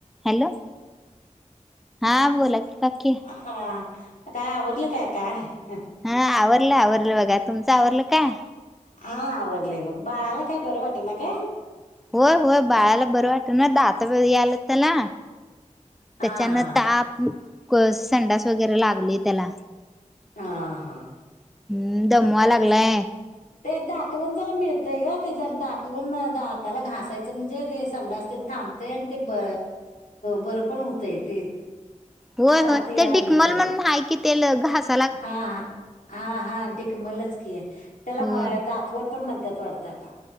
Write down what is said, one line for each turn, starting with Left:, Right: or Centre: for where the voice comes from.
Centre: Hello हा बोला की काकी.
Left: हा आता आवरलं का काय?
Centre: हा आवरलं आवरलं बघा. तुमचं आवरलं काय?
Left: हा आवरलंय बघ. बाळाला काय बरं वाटणा काय?
Centre: होय होय बाळाला बरं वाटना दात याल्यात त्याला.
Left: हा
Centre: त्याच्यान
Left: हा
Centre: ताप, संडास वगैरे लागलय त्याला.
Left: हा हा
Centre: हम्म दमवा
Left: काय करायचं.
Centre: लागलाय
Left: ते दातवण जरा मिळतय ग ते जर दातवन दाताला घासायचं म्हणजे ते संडासतेन थांब तय आणि ते ब बरं पण होतय ते.
Centre: होय
Left: दात
Centre: होय
Left: याय
Centre: ते
Left: लागली
Centre: डिकमल
Left: तर
Centre: म्हनुन हाय की ते घास
Left: हा हा हा हा डीकमलच की त्याला
Centre: होय
Left: दातवण पण म्हणत्यात वाढत आक्का..